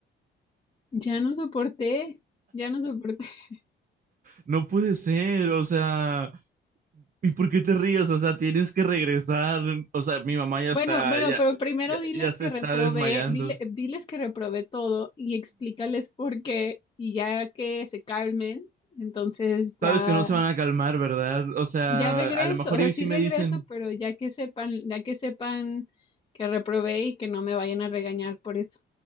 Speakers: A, on the left (about 25°); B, on the right (about 45°).
A: Ya no soporté, ya no soporté. <laughs>
B: No puede ser, o sea, ¿y por qué te ríes? O sea, tienes que regresar. O sea, mi mamá ya
A: Bueno,
B: está,
A: bueno,
B: ya,
A: pero primero
B: ya,
A: diles
B: ya se
A: que
B: está
A: reprobé,
B: desmayando.
A: dile, diles que reprobé todo y explícales por qué y ya que se calmen, entonces ya,
B: Sabes que no se van a calmar, ¿verdad? O sea,
A: ya regreso,
B: a lo mejor
A: o sea,
B: y
A: sí
B: sí me
A: regreso,
B: dicen,
A: pero ya que sepan, ya que sepan que reprobé y que no me vayan a regañar por eso.